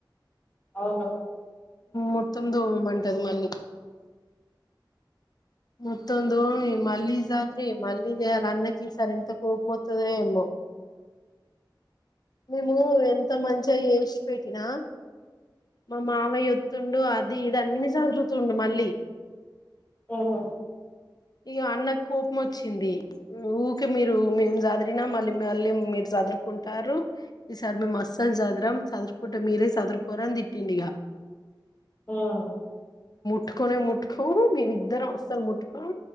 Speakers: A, on the left; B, on the left.
A: అవును
B: మొత్తం దోమమంటది మళ్ళీ మొత్తం దోమి, మల్లీజద్రి, మల్లీ చెయ్యాలా అన్నకి ఈసారి ఎంత కోపమత్తదొఎమో మేము ఎంత మంచిగా చేసి పెట్టినా మా మావయ్య యోత్తుండు అది ఇది అన్ని చదురూతుండు మళ్ళీ
A: ఆహ
B: ఇగా అన్నకు కోపం వచ్చింది. ఊకె మీరు మేము చదిరినా మళ్ళీ మళ్ళీ మీరు చదురుకుంటారు. ఈ సరి మేమస్సలు సద్రం సదురుకుంటే మీరే సదురుకోరని తిట్టిండిగా.
A: ఆహ్
B: ముట్టుకోనే ముట్టుకొం మేమిద్దరం వస్ అసలు ముట్టుకోం